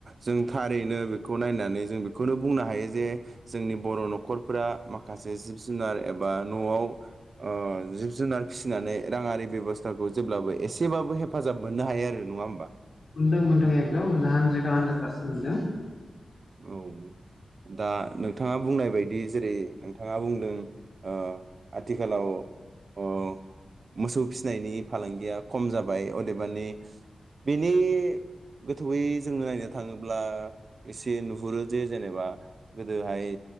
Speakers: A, on the right; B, on the left.
A: जों थारैनो बेखौ नायनानै जों बेखौनो बुंनो हायो जे जोंनि बर' न'खरफोरा मा खासे जिब जुनार एबा न'आव ओ जिब जुनार फिसिनानै राङारि बेब'स्थाखौ जेब्लाबो एसेबाबो हेफाजाब मोन्नो हायो आरो नङा होमबा?
B: मोनदों मोनदों एकदम मोनदों हान ड्रेडाव हानड्रेड पारसेन्ट मोन्दों।
A: औ, दा नोंथाङा बुंनाय बायदि जेरै नोंथाङा बुंदों ओ आथिखालाव ओह मोसौ फिनायनि फालांगिया खम जाबाय अदेबानि बेनि गोथौयै जोङो नायनो थाङोब्ला एसे नुहुरो जे जेनेबा गोदोहाइ